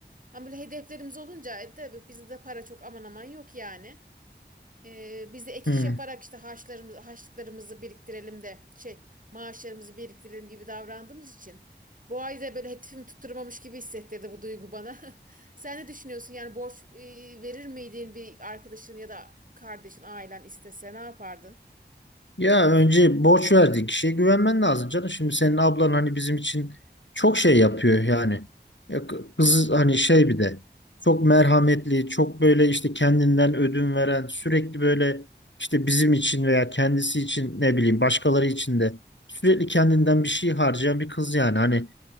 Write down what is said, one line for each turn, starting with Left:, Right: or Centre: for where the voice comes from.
Right: Ama böyle hedeflerimiz olunca e, tabii bizde de para çok aman aman yok yani. Ee, biz de ek
Left: hı.
Right: iş yaparak işte harçlarımızı, harçlıklarımızı biriktirelim de şey maaşlarımızı biriktirelim gibi davrandığımız için bu ay da böyle hedefimi tutturmamış gibi hissettirdi bu duygu bana. <laughs> Sen ne düşünüyorsun? Yani borç e, verir miydin bir arkadaşın ya da kardeşin, ailen istese ne yapardın?
Left: Ya önce borç verdiği kişiye güvenmen lazım canım. Şimdi senin ablan hani bizim için çok şey yapıyor yani. Ya k- Kız hani şey bir de çok merhametli, çok böyle işte kendinden ödün veren, sürekli böyle işte bizim için veya kendisi için ne bileyim başkaları için de sürekli kendinden bir şey harcayan bir kız yani. Hani